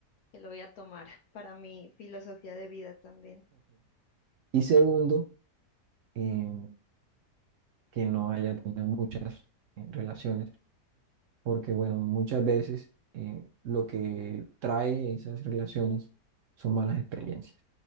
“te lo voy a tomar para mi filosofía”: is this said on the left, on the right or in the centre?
Left